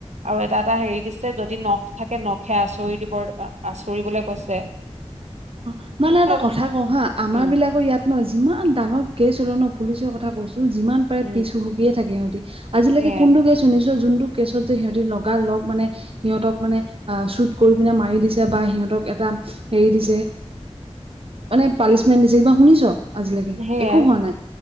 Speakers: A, on the right; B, on the right.
A: আৰু এটা এটা হেৰি দিছে, যদি নখ থাকে নখে আঁচুৰি দিব আঁচৰিবলে কৈছে।
B: অ', মানে এটা
A: এইবোৰ
B: কথা কওঁ হা, আমাৰ
A: উম
B: বিলাকৰ ইয়াত নহ যিমান ডাঙৰ কেছ হলেও ন, পুলিচৰ কথা কৈছো, যিমান পাৰে
A: উম
B: পিছ হুহঁকিয়েই থাকে সিহতি। আজিলৈকে
A: সেয়াই
B: কোনটো কেছ শুনিছো, যোনটো কেছত যে সিহঁতি লগা লগ মানে সিহঁতক মানে আহ শ্বুট কৰি পিনে মাৰি দিছে বা সিহঁতক এটা হেৰি দিছে। মানে পানিচমেণ্ট দিছে কিবা শুনিছ? আজিলৈকে
A: সেয়াই
B: একো হোৱা নাই,